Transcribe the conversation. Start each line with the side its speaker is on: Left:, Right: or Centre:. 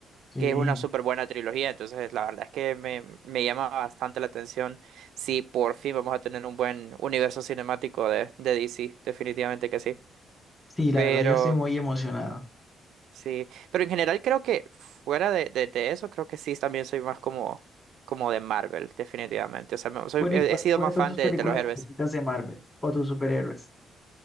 Left: Sí.
Right: que es una súper buena trilogía, entonces la verdad es que me, me llama bastante la atención si por fin vamos a tener un buen universo cinemático de, de DC, definitivamente que sí,
Left: Sí, la
Right: pero
Left: verdad yo estoy muy emocionado.
Right: sí, pero en general creo que fuera de, de, de eso, creo que sí, también soy más como, como de Marvel, definitivamente, o sea, me- soy-
Left: Bueno,
Right: he,
Left: ¿y cuál-
Right: he sido
Left: cuáles
Right: más
Left: son
Right: fan
Left: tus
Right: de,
Left: películas
Right: de los héroes.
Left: favoritas de Marvel o tus superhéroes?